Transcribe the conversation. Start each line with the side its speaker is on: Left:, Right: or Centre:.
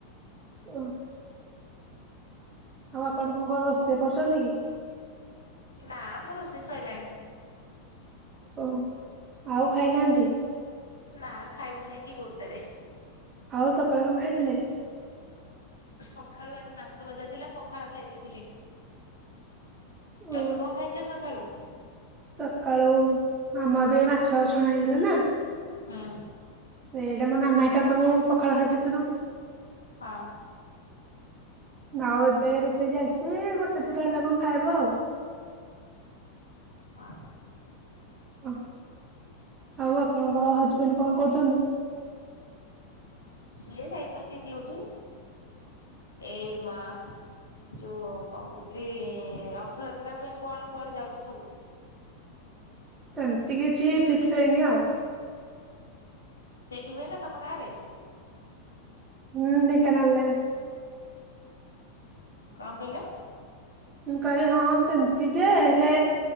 Right: <unintelligible> ଆଉ ଆପଣଙ୍କ କଣ ରୋଷେଇ କରୁଛନ୍ତି କି?
Left: ନା ମୁଁ ରୋଷେଇ ସରିଲାଣି।
Right: ଓ ଆଉ ଖାଇନାହାନ୍ତି?
Left: ନା ଖାଇବୁ ଯାଇକି ଗୋଟେରେ।
Right: ଆଉ ସକାଳେ କଣ ଖାଇଥିଲେ?
Left: ସକାଳୁ ଆଜି ମାଛ ଭଜା ଥିଲା ପଖାଳ ଖାଇ ଦେଇେଇଥିଲି।
Right: ଓ
Left: ତମେ କଣ ଖାଇଛ ସକାଳୁ?
Right: ସକାଳୁ ମମ ବି ମାଛ ଛଣା ହେଇଥିଲା ନା
Left: ହଁ।
Right: ସେଇଟା ମୋ ନାନା ହେରିକା ସବୁ ପଖାଳ ଖାଇ ଦେଇେଇଥିଲୁ।
Left: ହଁ।
Right: ଆଉ ଏବେ ରୋଷେଇ ଚାଲିଛୁ ଗୋଟେ ଦିଟା ହେଲା ବେଳକୁ ଖାଇବୁ ଆଉ।
Left: ହଁ
Right: ଅ ଆଉ ଆପଣଙ୍କର ହଜବେଣ୍ଡ କଣ କରୁଛନ୍ତି?
Left: ସେ ଯାଇଛନ୍ତି ଡିଉଟି ଏ ମା ଯୋଉ କଣ କହୁଥିଲି ରଥଯାତ୍ରା ପାଇଁ କଣ କୁଆଡେ ଯାଉଛ ସବୁ?
Right: ସେମିତି କିଛି ଫିକ୍ସ ହେଇନି ଆଉ।
Left: ସେଇଠି ହୁଏ ନା ତମ ଗାଁରେ?
Right: ହୁଁ ଢେଙ୍କାନାଳ ରେ
Left: କଣ କହିଲେ?
Right: ମୁଁ କହିଲି ହଁ ସେମିତି ଯେ ହେଲେ